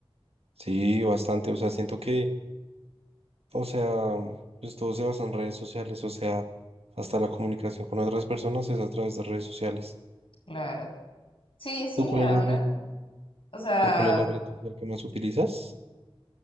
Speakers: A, on the right; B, on the left.
A: Sí, bastante. O sea, siento que, o sea, pues todo se basa en redes sociales. O sea, hasta la comunicación con otras personas es a través de redes sociales.
B: claro. Sí, sí,
A: ¿Tú cuál
B: ahora.
A: es la red?
B: O sea,
A: ¿Tú cuál es la red social que más utilizas?